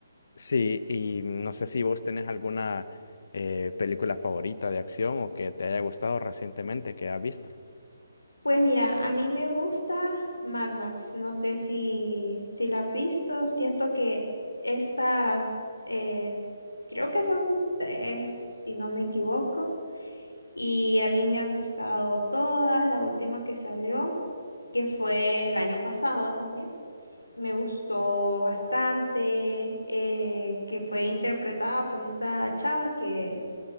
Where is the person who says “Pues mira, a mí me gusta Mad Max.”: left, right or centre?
Left